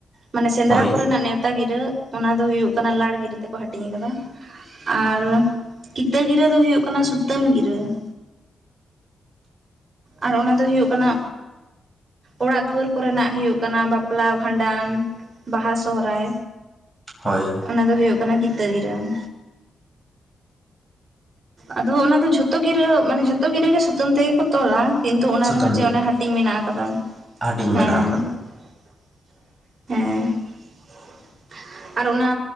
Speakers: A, on the right; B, in the centre.
A: ᱢᱟᱱᱮ ᱥᱮᱸᱫᱽᱨᱟ
B: ᱦᱳᱭ
A: ᱠᱚᱨᱮᱱᱟᱜ ᱱᱮᱶᱛᱟ ᱜᱤᱨᱟᱹ ᱚᱱᱟ ᱫᱚ ᱦᱩᱭᱩᱜ ᱠᱟᱱᱟ ᱞᱟᱲ ᱜᱤᱨᱟᱹ ᱛᱮᱠᱚ ᱦᱟᱹᱴᱤᱧ ᱠᱟᱫᱟ ᱾ ᱟᱨ ᱠᱤᱛᱟᱹ ᱜᱤᱨᱟᱹ ᱫᱚ ᱦᱩᱭᱩᱜ ᱠᱟᱱᱟ ᱥᱩᱛᱟᱹᱢ ᱜᱤᱨᱟᱹ ᱾ ᱟᱨ ᱚᱱᱟ ᱫᱚ ᱦᱩᱭᱩᱜ ᱠᱟᱱᱟ ᱚᱲᱟᱜ ᱫᱩᱩᱭᱟᱹᱨ ᱠᱚᱨᱮᱱᱟᱜ ᱦᱩᱭᱩᱜ ᱠᱟᱱᱟ ᱵᱟᱯᱞᱟ, ᱵᱷᱟᱸᱰᱟᱱ, ᱵᱟᱦᱟ, ᱥᱚᱦᱨᱟᱭ
B: ᱦᱳᱭ ᱾
A: ᱚᱱᱟ ᱫᱚ ᱦᱩᱭᱩᱜ ᱠᱟᱱᱟ ᱠᱤᱛᱟᱹ ᱜᱤᱨᱟᱹ ᱾ ᱟᱫᱚ ᱚᱱᱟ ᱫᱚ ᱡᱷᱚᱛᱚ ᱜᱤᱨᱟᱹ ᱢᱟᱱᱮ ᱡᱷᱚᱛᱚ ᱜᱤᱨᱟᱹ ᱜᱮ ᱥᱩᱛᱟᱹᱢ ᱛᱮᱜᱮ ᱠᱚ ᱛᱚᱞᱟ ᱠᱤᱱᱛᱩ ᱚᱱᱟ
B: ᱥᱩᱛᱟᱹᱢ
A: ᱨᱮᱦᱚᱸ ᱡᱮ
B: ᱛᱮ
A: ᱚᱱᱮ ᱦᱟᱹᱴᱤᱧ ᱢᱮᱱᱟᱜ ᱠᱟᱫᱟ
B: ᱦᱟᱹᱴᱤᱧ
A: ᱦᱮᱸ
B: ᱢᱮᱱᱟᱜ ᱟᱠᱟᱫᱟ
A: ᱾ ᱦᱮᱸ ᱾ ᱟᱨ ᱚᱱᱟ